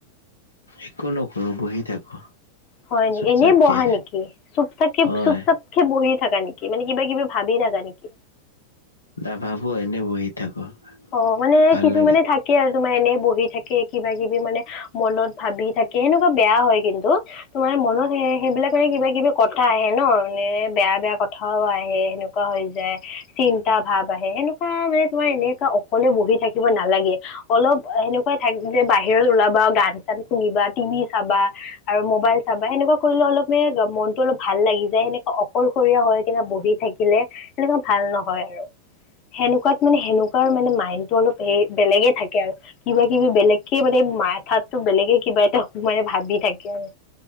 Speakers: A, on the left; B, on the left.
A: একো নকৰোঁ বহি থাকো।
B: হয় নেকি
A: চুপ
B: এনেই
A: চাপকে
B: বহা নেকি চুপ চাকে
A: হয়
B: চুপ চাপকে বহি থাকা নেকি মানে কিবা কিবি ভাবি থাকা নেকি।
A: নাভাবোঁ এনেই বহি থাকো
B: অ', মানে
A: ভাল
B: কিছু
A: লাগে
B: মানে থাকে আৰু তোমাৰ এনেই বহি থাকে কিবা কিবি মানে মনত ভাবি থাকে সেনেকুৱা বেয়া হয় কিন্তু তোমাৰ মনত সেইবিলাক মানে কিবা কিবি কথা আহে ন নে বেয়া বেয়া কথা কথাও আহে সেনেকুৱা হৈ যায় চিন্তা ভাৱ আহে সেনেকুৱা মানে তোমাৰ এনে অকলে বহি থাকিব নালাগে অলপ সেনেকুৱাই থাক যে বাহিৰত ওলাবা গান চান শুনিবা টিভি চাবা আৰু মোবাইল চাবা সেনেকুৱা কৰিলে অলপে মনতটো অলপ ভাল লাগি যায় সেনেকুৱা অকলশৰীয়া হয় কে বহি থাকিলে সেনেকুৱা ভাল নহয় আৰু সেনেকুৱাত মানে সেনেকুৱা মানে মাইণ্ডটো অলপ হেৰি বেলেগে থাকে আৰু। কিবা কিবি বেলেগকে মানে মাথাতো বেলেগে কিবা এটা মানে ভাবি থাকে আৰু।